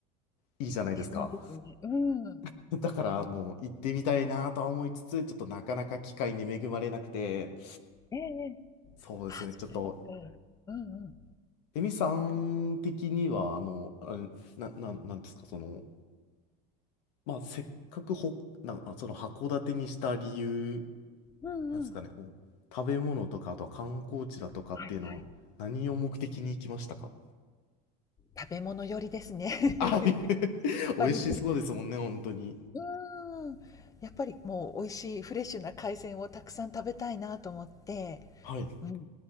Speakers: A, on the left; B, on the left.
A: いいじゃないですか。
B: ですねですね。うん。うん。
A: <laughs> だからもう行ってみたいなとは思いつつ、ちょっとなかなか機会に恵まれなくて、
B: ええええ。
A: そうですね、
B: あ、そっかそっか。
A: ちょっと、
B: うんうん。
A: エミさん的には、あの、あれな、な、なんですか、その、まあ、せっかくほ、な、あその函館にした理由、
B: うんうん。
A: なんですかね、こう、食べ物とか、あとは観光地だとかっていうのは、
B: はいはい。
A: 何を目的に行きましたか
B: 食べ物寄りですね。
A: あ、<laughs>
B: <laughs> やっぱり。
A: 美味しそうですもんね、
B: う
A: 本当に。
B: ーん。やっぱりもう美味しいフレッシュな海鮮をたくさん食べたいなと思って
A: はい。
B: うん。